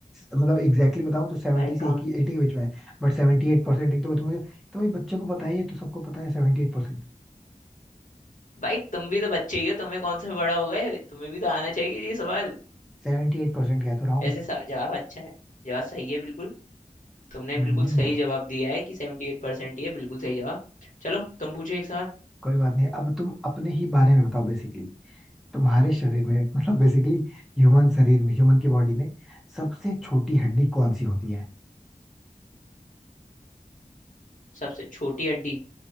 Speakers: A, in the centre; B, on the left.
A: मतलब एग्जैक्टली exactly बताऊं तो सेवेंटी
B: भाई
A: से
B: कहाँ
A: एटी के बीच में है बट सेवेंटी एट परसेंट एक तो मुझे तो भाई बच्चे को पता ही है तो सबको पता है सेवेंटी एट परसेंट
B: भाई तुम भी तो बच्चे ही हो तुम्हें कौन सा बड़ा हो गए तुम्हें भी तो आना चाहिए ये सवाल
A: सेवेंटी एट परसेंट कह तो रहा हूँ
B: ऐसे सब जवाब अच्छा है जवाब सही है बिल्कुल तुमने
A: हम्म,
B: बिल्कुल सही जवाब दिया है कि सेवेंटी एट परसेंट ही है बिल्कुल सही जवाब चलो तुम पूछो एक सवाल
A: कोई बात नहीं अब तुम अपने ही बारे में बताओ बेसिकली तुम्हारे शरीर में <laughs> मतलब बेसिकली ह्यूमन शरीर में ह्यूमन की बॉडी में सबसे छोटी हड्डी कौन सी होती है
B: सबसे छोटी हड्डी